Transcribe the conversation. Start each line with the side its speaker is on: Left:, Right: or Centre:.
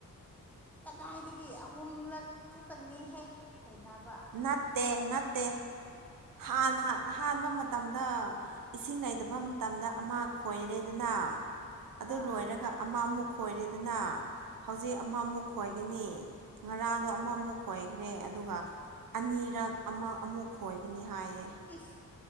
Centre: ꯀꯗꯥꯏꯗꯒꯤ ꯑꯍꯨꯝꯂꯛ ꯈꯛꯇꯪꯅꯦꯍꯦ ꯈꯣꯏ ꯅꯕ
Right: ꯅꯠꯇꯦ ꯅꯠꯇꯦ ꯍꯥꯟꯅ ꯑꯍꯥꯟꯕ ꯃꯇꯝꯗ ꯏꯁꯤꯡ ꯂꯩꯇꯕ ꯃꯇꯝꯗ ꯑꯃ ꯈꯣꯏꯔꯦꯗꯅ ꯑꯗꯨ
Centre: ꯑꯥ
Right: ꯂꯣꯏꯔꯒ ꯑꯃ ꯑꯃꯨꯛ ꯈꯣꯏꯔꯦꯗꯅ ꯍꯧꯖꯤꯛ ꯑꯃꯃꯨꯛ ꯈꯣꯏꯒꯅꯤ ꯉꯔꯥꯡꯗꯣ ꯑꯃꯃꯨꯛ ꯈꯣꯏꯈ꯭ꯔꯦ ꯑꯗꯨꯒ ꯑꯅꯤꯔꯛ ꯑꯃ ꯑꯃꯨꯛ ꯈꯣꯏꯒꯅꯤ ꯍꯥꯏꯌꯦ
Centre: ꯏꯁ